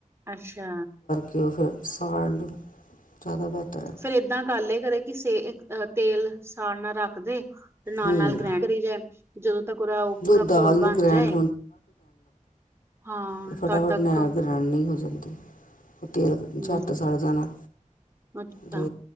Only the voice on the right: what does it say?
ਅੱਛਾ।
ਫੇਰ ਏਦਾਂ ਕਰ ਲਏ ਕਰੇ ਕਿ ਸੇ ਅਹ ਤੇਲ ਸਾੜਨਾ ਰੱਖ ਦੇ ਤੇ ਨਾਲ,
ਨਾਲ ਗਰੈਂਡ ਕਰੀ ਜਾਏ ਜਦੋਂ ਤੱਕ ਉਹਦਾ ਉਹ ਪੂਰਾ
ਘੋਲ ਬਣ
ਜਾਏ। ਹਾਂ
ਤਦ ਤੱਕ
ਹੂੰ
ਅੱਛਾ